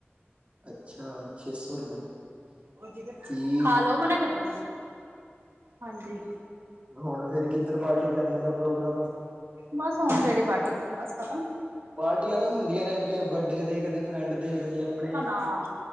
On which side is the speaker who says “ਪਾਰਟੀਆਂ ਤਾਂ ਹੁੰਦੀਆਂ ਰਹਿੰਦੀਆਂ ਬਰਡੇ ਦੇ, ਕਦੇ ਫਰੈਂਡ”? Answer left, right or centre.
Right